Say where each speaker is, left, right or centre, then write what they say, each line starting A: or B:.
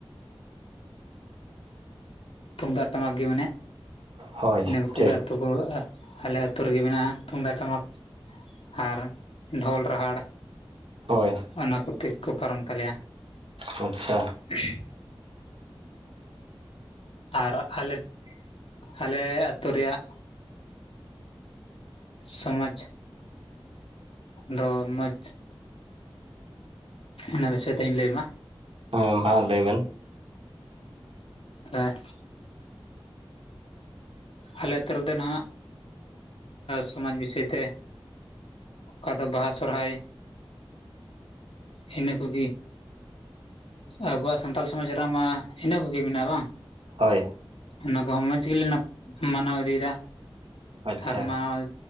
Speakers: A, on the left; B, on the right.
A: ᱛᱩᱢᱫᱟᱜ ᱴᱟᱢᱟᱠ ᱜᱮ ᱢᱟᱱᱮ
B: ᱦᱳᱭ
A: ᱤᱱᱟᱹ ᱠᱚᱛᱮ
B: ᱴᱷᱤᱠ
A: ᱜᱮ ᱨᱩᱣᱟᱹᱜᱼᱟ ᱟᱞᱮ ᱟᱹᱛᱩ ᱨᱮᱜᱮ ᱢᱮᱱᱟᱜᱼᱟ ᱛᱩᱢᱫᱟᱜ ᱴᱟᱢᱟᱠ ᱟᱨ ᱰᱷᱳᱞ ᱨᱟᱦᱟᱲ
B: ᱦᱳᱭ ᱾
A: ᱚᱱᱟ ᱠᱚᱛᱮ ᱜᱮᱠᱚ ᱯᱟᱨᱚᱢ ᱛᱟᱞᱮᱭᱟ ᱾
B: ᱟᱪᱪᱷᱟ ᱾
A: <unintelligible> ᱟᱨ ᱟᱞᱮ ᱟᱞᱮ ᱟᱹᱛᱩ ᱨᱮᱭᱟᱜ ᱥᱚᱢᱟᱡᱽ ᱫᱚ ᱢᱚᱡᱽ ᱚᱱᱟ ᱵᱤᱥᱚᱭ ᱛᱮ ᱤᱧ ᱞᱟᱹᱭ ᱟᱢᱟ
B: ᱦᱮᱸ ᱢᱟ ᱞᱟᱹᱭ ᱵᱮᱱ
A: ᱦᱮᱸ ᱾ ᱟᱞᱮ ᱟᱹᱛᱩ ᱨᱮᱫᱚ ᱱᱟᱦᱟᱜ ᱥᱚᱢᱟᱡᱽ ᱵᱤᱥᱚᱭ ᱛᱮ ᱚᱠᱟ ᱫᱚ ᱵᱟᱦᱟ ᱥᱚᱨᱦᱟᱭ ᱤᱱᱟᱹ ᱠᱚᱜᱮ ᱟᱵᱚᱣᱟᱜ ᱥᱟᱱᱛᱟᱞ ᱥᱚᱢᱟᱡᱽ ᱨᱮᱱᱟᱜ ᱢᱟ ᱤᱱᱟᱹ ᱠᱚᱜᱮ ᱢᱮᱱᱟᱜᱼᱟ ᱵᱟᱝ?
B: ᱦᱳᱭ ᱾
A: ᱚᱱᱟ ᱠᱚᱦᱚᱸ ᱢᱚᱸᱡᱽ ᱜᱮᱞᱮ ᱢᱟᱱᱟᱣ ᱤᱫᱤᱭᱮᱫᱟ
B: ᱟᱪᱪᱷᱟ
A: ᱟᱨ ᱢᱟᱱᱟᱣ